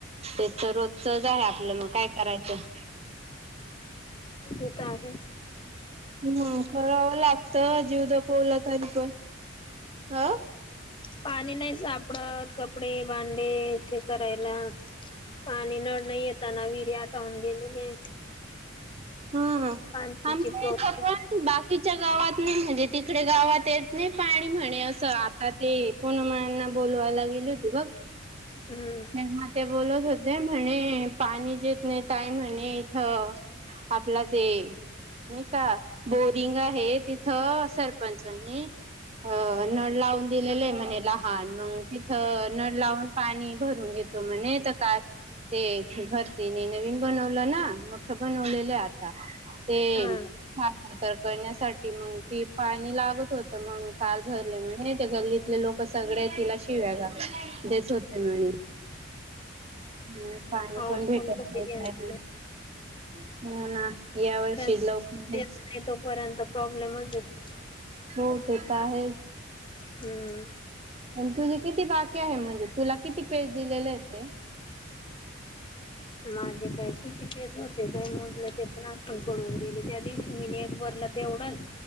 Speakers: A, on the right; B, on the left.
A: ते तर रोजचच आहे आपलं मग. काय करायचं.
B: ेत आहे.
A: हम्म करावं लागतं जीव दपवला तरी पण ह.
B: पाणी नाही सापडत कपडे भांडे ते करायला पाणी नळ नाही येताना विर्या टाऊन गेलेली.
A: <inaudible> हा
B: पाण्याची
A: आमच
B: प्रॉब्लेम
A: बा बाकीच्या गावात नाही म्हणजे तिकडे गावात येत नाही पाणी म्हणे असं आता ते पनमळंना बोोलवायला गेले होते बघ.
B: हम्म
A: म ते बोलत होत. म्हणे पाणी जेतणे तय म्हणे इथ आपला ते नाही का बोरिंग आहे तिथं सरपंचनी अ नळ लावून दिलेले आहे म्हणे लहान मग तिथ नळ लावून पाणी भरून घेतो म्हणे तर काय ते घरतीने नवीन बनवलं ना मोठ बनवलेलं आ <unintelligible>
B: हा
A: ह तर करण्या मग त पाणी ला होत म्हणून काल भरले. गल्लीतले लोक सगळे तिला शिव्या ग तेच होते म्हणे. हम् पाणी
B: पाऊस
A: पण भेटत
B: कधी
A: नाही काय?
B: येणार आहे.
A: हु ना. या वर्षी
B: नाही
A: लवकर
B: तोपर्यंत प्रॉब्लेमच आहे.
A: हो देत आहे
B: हम्म
A: आणि तुझी किती बाकीे आहे म्हणजे तुला किती पेज दिलेले आहेत ह
B: माझे काय किती पेज होते काय मोजलं ते पण आठवण पडून गेली त्या दिवशी मी एकबरला तेवढाच